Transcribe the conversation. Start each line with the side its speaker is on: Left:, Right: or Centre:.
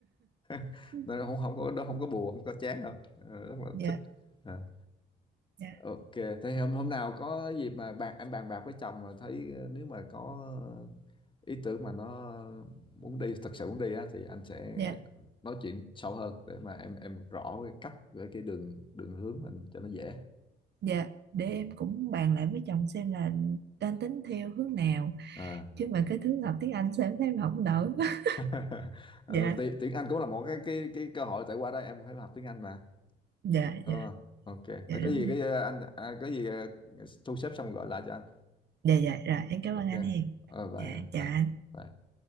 Left: <laughs>
Right: dạ
Left: nên không không có không có buồn không có chán đâu Ờ, rất là
Right: dạ
Left: thích Ờ.
Right: dạ
Left: Ok, thế hôm hôm nào có dịp mà bạn em bàn bạc với chồng mà thấy ờ, nếu mà có ờ, ý tưởng mà nó muốn đi thật sự muốn đi á thì anh sẽ
Right: dạ.
Left: nói chuyện sâu hơn để mà em em rõ cái cách với cái đường đường hướng mình cho nó dễ.
Right: Dạ, để
Left: Ừ.
Right: em cũng bàn lại với chồng xem là đang tính theo hướng nào
Left: À.
Right: chứ mà cái thứ học tiếng Anh sao em thấy mà không nổi quá.
Left: <laughs> Ờ,
Right: <laughs> Dạ,
Left: ti- tiếng Anh cũng là một cái cái cái cơ hội tại qua đó em cũng phải học tiếng Anh mà.
Right: dạ,
Left: Ờ,
Right: dạ,
Left: ok.
Right: dạ
Left: Ờ,
Right: đúng
Left: Có gì
Right: rồi.
Left: cái ờ, anh à, có gì ờ, thu xếp xong gọi lại cho anh.
Right: Dạ, dạ, rồi em cảm
Left: Ok.
Right: ơn anh Hiền.
Left: Ờ bye
Right: Dạ,
Left: em,
Right: chào
Left: bye.
Right: anh.
Left: Bye.